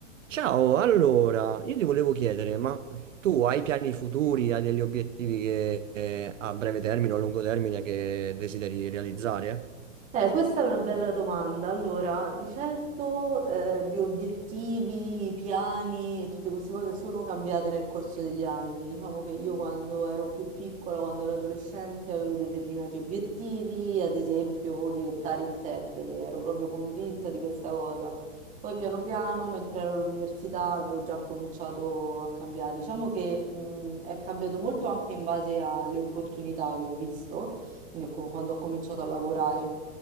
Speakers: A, on the right; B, on the right.
A: Ciao, allora, io ti volevo chiedere, ma tu hai piani futuri, hai degli obiettivi che, eh, a breve termine o a lungo termine che desideri realizzare?
B: Eh, questa è una bella domanda. Allora, di certo, eh, gli obiettivi, i piani e tutte queste cose sono cambiate nel corso degli anni. Diciamo che io quando ero più piccola, quando ero adolescente, avevo determinati obiettivi, ad esempio diventare interprete, ero proprio convinta di questa cosa. Poi piano piano, mentre ero all'università, avevo già cominciato a cambiare. Diciamo che, mh, è cambiato molto anche in base alle opportunità che ho visto, quindi ho co- quando ho cominciato a lavorare.